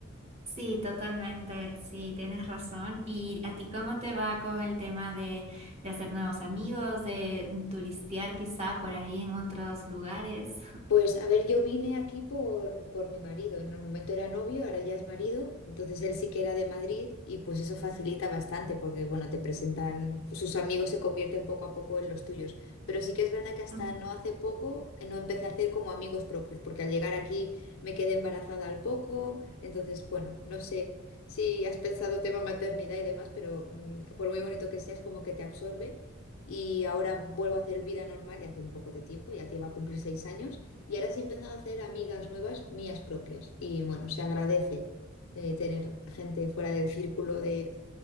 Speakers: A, on the right; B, on the left.
A: Sí, totalmente, sí, tienes razón. ¿Y a ti cómo te va con el tema de, de hacer nuevos amigos, de turistear quizá por ahí en otros lugares?
B: Pues a ver, yo vine aquí por, por mi marido. En el momento era novio, ahora ya es marido. Entonces él sí que era de Madrid y pues eso facilita bastante porque, bueno, te presentan, sus amigos se convierten poco a poco en los tuyos. Pero sí que es verdad que hasta
A: Mm,
B: no hace poco eh, no empecé a hacer como amigos propios porque al llegar aquí me quedé embarazada al poco. Entonces, bueno, no sé si has pensado tema maternidad y demás, pero mm, por muy bonito que seas, como que te absorbe. Y ahora vuelvo a hacer vida normal ya hace un poco de tiempo, ya te iba a cumplir seis años. Y ahora sí he empezado a hacer amigas nuevas, mías propias. Y bueno, se agradece eh, tener gente fuera del círculo de,